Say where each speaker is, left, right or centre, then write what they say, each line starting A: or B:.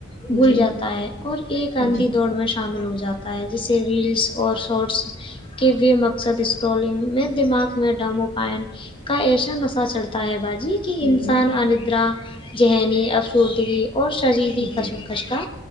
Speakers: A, on the left (about 25°); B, on the left (about 80°).
A: بھول
B: جی
A: جاتا
B: جی
A: ہے اور ایک آندھی
B: جی
A: دوڑ میں شامل ہو جاتا ہے جسے ریلس اور شارٹس کے بھی مقصد اسکرولنگ میں دماغ میں ڈپومائن کا ایسا نشہ چڑھتا ہے باجی کہ انسان
B: جی
A: اندر ذہنی افسردگی اور شدید ہی
B: جی
A: کشمکش کا